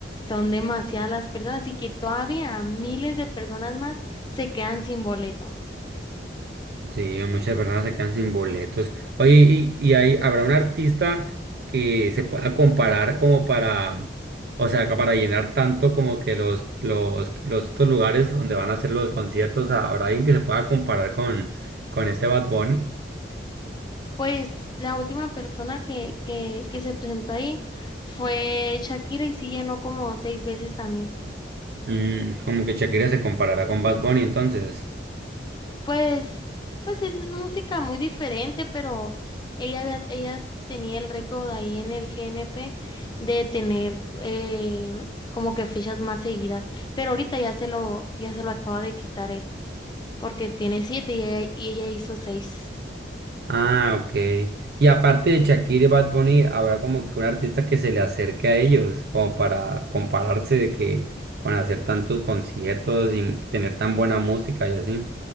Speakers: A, on the left (about 25°); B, on the right (about 60°).
A: son demasiadas las personas y que todavía miles de personas más se quedan sin boleto.
B: Sí, muchas personas se quedan sin boletos. Oye, ¿y, y hay, habrá un artista que se pueda comparar como para, o sea, ca- para llenar tanto como que los, los, los estos lugares donde van a hacer los conciertos, o ¿habrá alguien que se pueda comparar con, con este Bad Bunny?
A: Pues la última persona que, que, que se presentó ahí fue Shakira y sí llenó como seis veces también.
B: Mm, como que Shakira se comparará con Bad Bunny, entonces.
A: Pues, pues es música muy diferente, pero ella, había- ella tenía el récord ahí en el G N P de tener eh, como que fechas más seguidas, pero ahorita ya se lo, ya se lo acaba de quitar él, porque tiene siete y ella, y ella hizo seis.
B: Ah, ok. Y aparte de Shakira y Bad Bunny, habrá como que un artista que se le acerque a ellos, como para compararse de que con hacer tantos conciertos y tener tan buena música y así.